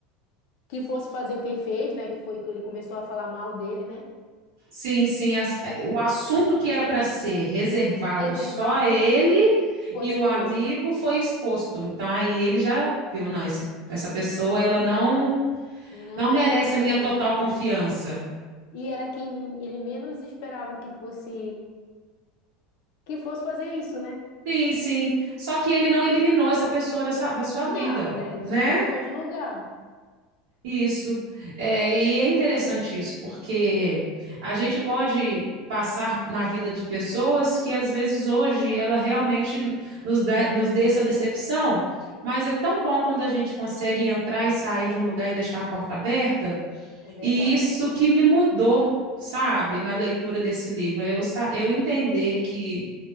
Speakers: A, on the left (about 65°); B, on the right (about 80°).
A: que fosse fazer o que ele fez, né? Que foi que ele começou a falar mal dele, né?
B: Sim, sim, as-
A: E aí,
B: eh, o assunto que era para ser reservado
A: reservado,
B: só ele
A: foi
B: e
A: exposto.
B: o amigo foi exposto. Então aí ele já viu, não, esse, essa pessoa ela não
A: Não
B: não merece
A: é meu amigo
B: a minha total
A: íntimo.
B: confiança.
A: E era quem ele menos esperava que fosse que fosse fazer isso, né?
B: Sim, sim. Só que ele não eliminou essa pessoa dessa- da sua vida,
A: Não, né?
B: né?
A: Ele só trocou de lugar.
B: Isso. É, e é interessante isso, porque a gente pode passar na vida de pessoas que às vezes hoje ela realmente nos dá, nos dê essa decepção, mas é tão bom quando a gente consegue entrar e sair de um lugar e deixar a porta aberta,
A: É verdade.
B: e isso que me mudou, sabe, na leitura desse livro, eu, sa- eu entender que